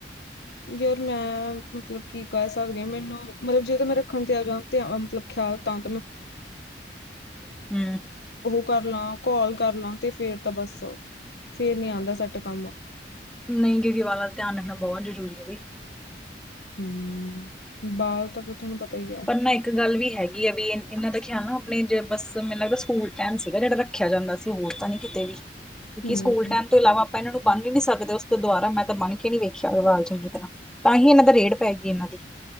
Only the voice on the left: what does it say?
ਯਾਰ ਮੈਂ ਮਤਲਬ ਕੀ ਕਹਿ ਸਕਦੀ ਹਾਂ ਮੈਨੂੰ ਮਲਬ ਜੇ ਤੇ ਮੈਂ ਰੱਖਣ ਤਿਆਰ ਜਾ ਮਤਲਬ! <unintelligible> ਤਾਂ ਤਾਂ <unintelligible>
ਕਰ ਲਾਂ ਕਾਲ ਕਰ ਲਾਂ ਤੇ ਫੇਰ ਤਾਂ ਬੱਸ ਫੇਰ ਨੀ ਆਂਦਾ ਸੈੱਟ ਕੰਮ।
ਹਮ ਬਾਲ ਤਾਂ ਤੁਹਾਨੂੰ ਪਤਾ ਹੀ ਹੈ
ਹੂੰ